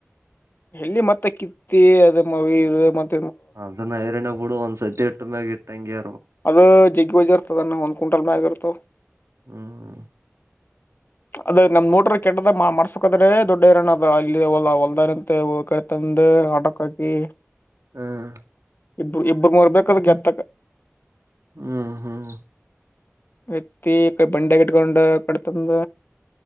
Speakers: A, on the left (about 45°); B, on the right (about 80°).
A: ಎಲ್ಲಿ ಮತ್ತೆ ಕಿತ್ತಿ ಅದ ಮ ಮ <unintelligible>
B: ಅದನ್ನ ರಿರಣ್ಯ ಬಿಡು ಒಂದ್ಸತಿ ಒಟ್ಟೊಮ್ಮೆಗ ಇಟ್ಟಂಗಗೆ
A: ಅದು ಜಿಗ್ ಬಜ್ ಇರ್ತದಣ ಒಂದ್ ಕ್ವಿಂಟಲ್ ಮ್ಯಾಗ ಇರ್ತ <unintelligible>
B: ಹ್ಮ್
A: ಅದ್ ನಮ್ ಮೋಟಾರ್ ಕೆಟ್ಟದ ಮಾಡ್ಸ್ಕದ್ರೆ ದೊಡ್ಡ ಇರನ ಅ ಅಲ್ಲಿ ಹೊಲ್ದಾರ ಅಂತ ಕತ ಬಂದು ಆಟಕ್ಕಾಕಿ
B: ಹ್ಮ್
A: ಇಬ್ರು ಇಬ್ರ ಮರ್ಬೇಕದ್ ಗೆತ್ತಕ್
B: ಹ್ಮ್ ಹ್ಮ್
A: ವ್ಯಕ್ತಿ ಕಡೆ ಬಂಡೆ ಇಟ್ಕೊಂಡ ಕಟ್ತಂದ